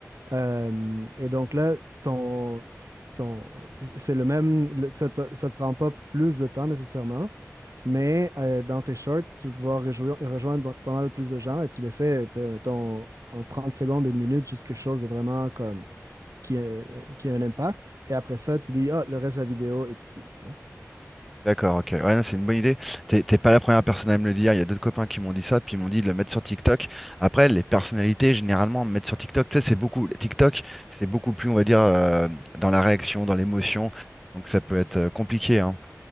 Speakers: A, on the right; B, in the centre.
A: Euh, et donc là, ton, ton, c'est le même, le- ça te, ça te prend pas plus de temps nécessairement, mais euh, dans tes shorts, tu vas pouvoir rejo- rejoindre pas mal plus de gens et tu les fais, tu sais, mettons, en 30 secondes, une minute, juste quelque chose de vraiment comme qui a, qui a un impact. Et après ça, tu dis, ah, le reste de la vidéo est ici, tu vois.
B: D'accord, ok. Ouais, non, c'est une bonne idée. T'es t'es pas la première personne à me le dire. Il y a d'autres copains qui m'ont dit ça, puis ils m'ont dit de le mettre sur TikTok. Après, les personnalités, généralement, me mettre sur TikTok, tu sais, c'est beaucoup. TikTok, c'est beaucoup plus, on va dire, euh, dans la réaction, dans l'émotion. Donc ça peut être euh, compliqué, hein.